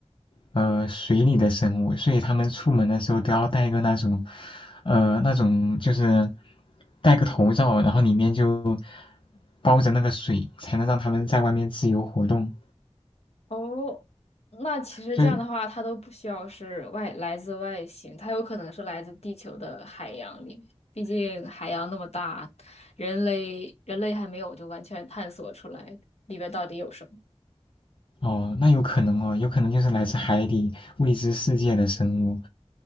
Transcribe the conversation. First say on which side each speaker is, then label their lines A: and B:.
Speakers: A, on the left; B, on the left.
A: 呃水里的生物，所以他们出门的时候都要戴个那种呃那种就是戴个头罩，然后里面就包着那个水，才能让他们在外面自由活动。
B: 哦，那其实这样的话，
A: 就
B: 它都不需要是外来自外星，它有可能是来自地球的海洋里面。毕竟海洋那么大，人类人类还没有就完全探索出来里边到底有什么。
A: 哦，那有可能哦，有可能就是来自海底未知世界的生物。